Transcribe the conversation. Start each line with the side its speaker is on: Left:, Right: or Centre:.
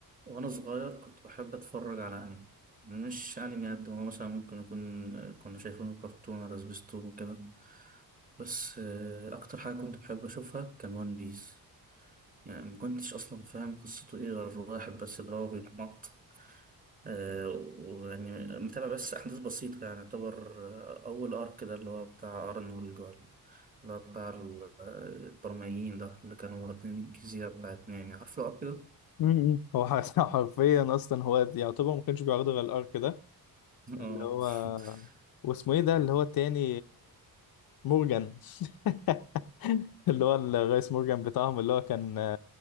Right: وانا صغير كنت بحب اتفرج على انمي مش انمي قد ما هو مثلا ممكن يكون كنا شايفينه كرتون على سبيستون وكده بس آه، اكتر حاجه كنت بحب اشوفها كان وان بيس يعني ما كنتش اصلا فاهم قصته ايه غير واحد بس دراعه بيتمط آه، ويعني متابع بس احداث بسيطه يعني يعتبر آه، اول ارك ده اللي هو بتاع ارنولد جوال اللي هو بتاع ال- آه، البرمائيين ده اللي كانوا واخدين الجزيره بتاعت نامي عارفه الارك ده؟
Left: امم هو ح- <laughs> حرفيا اصلا هو يعتبر ما كانش بيعرض غير الارك ده
Right: <laughs>
Left: اللي هو واسمه ايه ده اللي هو التاني مورجان <laughs> اللي هو الرئيس مورجان بتاعهم اللي هو كان